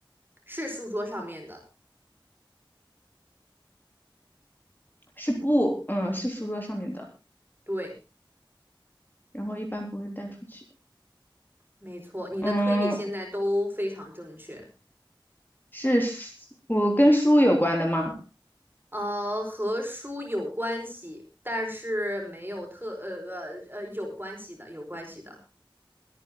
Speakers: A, on the right; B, on the left.
A: 是书桌上面的。
B: 是布，嗯，是书桌上面的，
A: 对，
B: 然后一般不会带出去。
A: 没错，你的推理现在都非常正确。
B: 嗯，是书，我跟书有关的吗？
A: 呃，和书有关系，但是没有特呃呃呃有关系的，有关系的，